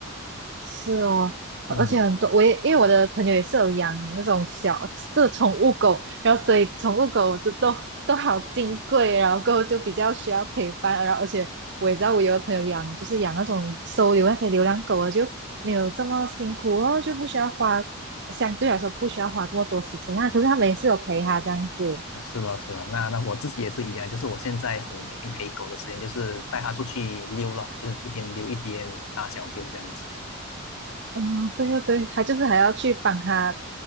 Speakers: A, on the right; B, on the left.
A: 是哦，
B: 嗯
A: 而且很多，我也因为我的朋友也是有养那种小，这是宠物狗，然后所以宠物狗就都都好金贵，然后过后就比较需要陪伴，然后而且我也知道我有的朋友养就是养那种收留那些流浪狗啊，就没有这么辛苦然后就不需要花，相对来说不需要花这么多时间啊，可是他每次有陪他这样子，
B: 是了，是了，那那我自己也是一样，就是我现在我每天陪狗的时间就是带它出去溜了，就是一边溜一边大小便这样子。
A: 嗯，对对对，他就是还要去帮他